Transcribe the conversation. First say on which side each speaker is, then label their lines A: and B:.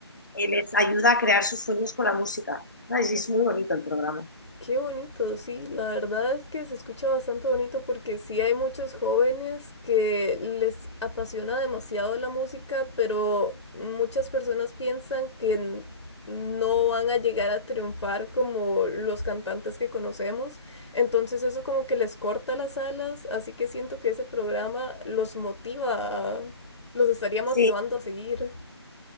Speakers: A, on the left (about 40°); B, on the left (about 75°).
A: eh, les ayuda a crear sus sueños con la música. ¿Sabes? Y es muy bonito el programa.
B: Qué bonito, sí, la verdad es que se escucha bastante bonito porque sí hay muchos jóvenes que les apasiona demasiado la música, pero muchas personas piensan que n- no van a llegar a triunfar como los cantantes que conocemos, entonces eso como que les corta las alas, así que siento que ese programa los motiva, a- los estaría motivando
A: Sí.
B: a seguir.